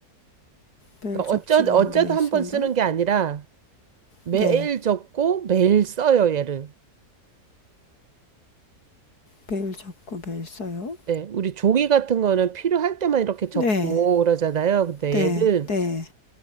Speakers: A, on the left; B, on the right.
A: 매일
B: 그러니까
A: 접지만
B: 어쩌다, 어쩌다
A: 매일
B: 한
A: 쓴다.
B: 번 쓰는 게 아니라 매일
A: 네.
B: 접고 매일 써요, 얘를.
A: 매일 접고 매일 써요?
B: 네, 우리 종이 같은 거는 필요할 때만 이렇게 접고
A: 네,
B: 그러잖아요. 근데
A: 네,
B: 얘는
A: 네.